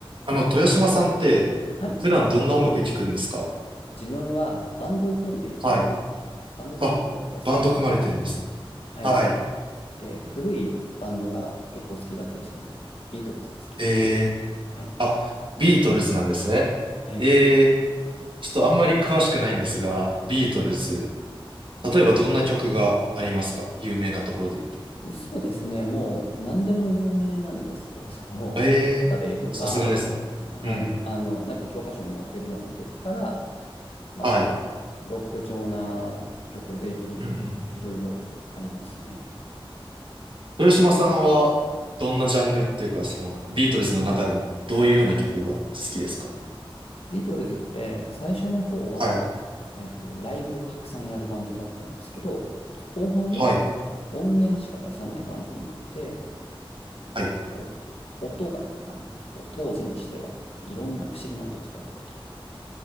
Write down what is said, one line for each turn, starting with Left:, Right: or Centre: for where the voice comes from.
Right: あの、豊島さんって、
Left: はい。
Right: 普段どんな音楽聴くんですか
Left: 自分はバンドを組んでいて、
Right: はい。
Left: バンド系の音楽が好き。
Right: あ、バンド組まれてるんですね。
Left: はい。
Right: はい。
Left: で、古いバンドが結構好きだったりするんで、ビートルズが好きだった。
Right: え
Left: はい。
Right: ー、あ、ビートルズなんですね。
Left: はい。
Right: えー、ちょっとあんまり詳しくないんですが、ビートルズ、例えばどんな曲がありますか有名なところで言うと。
Left: そうですね。もう何でも有名なんですけれど、
Right: えー、
Left: アデイとか、
Right: さすがですね。
Left: はい。
Right: うんうん。
Left: あの、なんか教科書に載ってるような曲から、まあちょっとロック調な曲、
Right: はい。
Left: デイトリッパーとかいろいろありますね。
Right: うんうんうん。豊島さんは、どんなジャンルっていうか、その、ビートルズの中でも、どういうような曲が好きですか
Left: ビートルズって最初の方は、
Right: はい。
Left: えっと、ライブをたくさんやるバンドだったんですけど、後半は音源しか出さないバンドになって、
Right: はい。はい。
Left: こう、音が、なんかこう、当時にしてはいろんな不思議な音を使ってたりとか